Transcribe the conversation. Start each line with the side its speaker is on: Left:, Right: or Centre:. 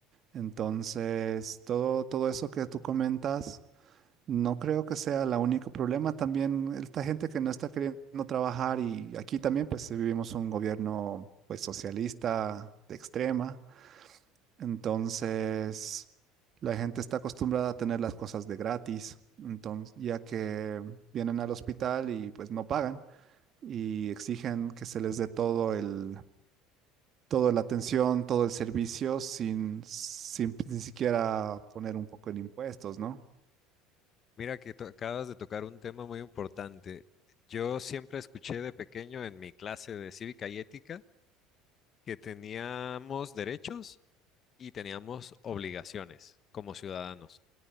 Right: entonces todo, todo eso que tú comentas No creo que sea el único problema. También esta gente que no está queriendo trabajar y aquí también pues vivimos un gobierno pues socialista de extrema. Entonces la gente está acostumbrada a tener las cosas de gratis. Entonces ya que vienen al hospital y pues no pagan y exigen que se les dé todo el toda la atención, todo el servicio sin sin ni siquiera poner un poco en impuestos, ¿no?
Left: Mira que to- acabas de tocar un tema muy importante. Yo siempre escuché de pequeño en mi clase de cívica y ética que teníamos derechos y teníamos obligaciones como ciudadanos,